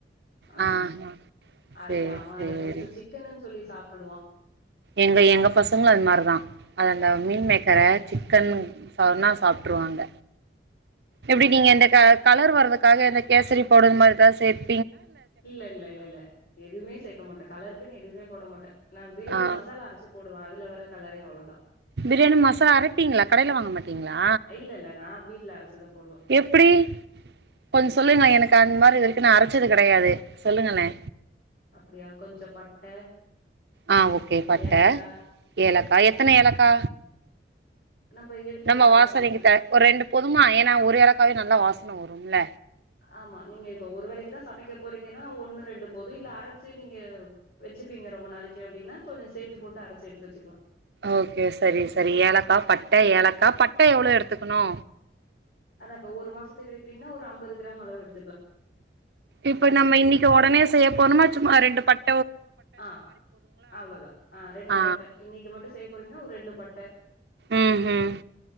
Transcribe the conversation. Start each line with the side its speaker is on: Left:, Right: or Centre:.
Left: ஆமா
Right: ஆ ஆ.
Left: அதுல
Right: சரி
Left: அவெ
Right: சரி
Left: அத கொஞ்ச சிக்கனுன் சொல்லி சாப் டுடுவா
Right: எங்க எங்க பசங்களு அது மாரிதா அ அந்த மீன் மேக்கரை சிக்கன் சொன்னா சாப்ட்ருவாங்க எப்டி
Left: ஆ
Right: நீங்க இந்த க கலர் வர்துக்கு க்காக கேசரி பவுடர் மாரிதா சேத்
Left: இல்ல இல்ல இல்ல இல்ல எதுவுமே சேக்கமாட்ட கலருக்குன்னு எதுவுமே போட மாட்ட நா பிரியாணி
Right: ஆ
Left: மசாலா அரைச்சு போடுவ அதுல வர கலரே அவ்ளோ தா
Right: பிரியாணி மசாலா அரைப்பீங்களா கடையில வாங்க மாட்டீங்களா
Left: இல்ல இல்ல நா வீட்ல அரச்சுதா போடுவே
Right: எப்டி கொஞ்ச சொல்லுங்க எனக்கு அந்த மாரி நா அரைச்சது கிடையாது சொல்லுங்களே
Left: அப்டியா கொஞ்ச பட்ட
Right: ஆஹ் ஓகே பட்ட
Left: ஏலக்கா
Right: ஏலக்கா எத்தன ஏலக்கா
Left: நம்ப எடுத்துக்கிற
Right: நம்ம
Left: அளவு
Right: வாசனைக்கு
Left: பொறுத்து
Right: த ஒரு ரெண்டு போதுமா ஏன்னா ஒரு ஏலக்காவே நல்லா வாச ன வரும்ல
Left: ஆமா நீங்க இப்ப ஒரு வேலைக்குதா சமைக்க போறீங்கன்னா ஒண்ணு ரெண்டு போது இல்ல அர செரி நீங்க வச்சிப்பீங்க ரொம்ப நாளைக்கு அப்டின்னா கொஞ்ச சேர்த்து போட்டு அரைச்சி எடுத்து வச்சிக்கலா
Right: ஓகே செரி செரி ஏலக்கா பட்ட ஏலக்கா பட்ட எவ்ளோ எடுத்துக்கணு
Left: அதா இப்ப ஒரு மாசத்துக்கு எடுக்குறீங்கன்னா ஒரு அம்பது கிராம் அளவு எடு
Right: இப்ப நம்ம இன்னிக்கு உடனே செய்ய போதுமா சும்மா ரெண்டு பட்
Left: ஆஹ் அவ்ளோதா ஆஹ் ரெண்டு
Right: ஆ
Left: பட்டை இன்னிக்கு மட்டு செய்ய போறீங்கானா ஒரு ரெண்டு பட்ட
Right: ம் ம்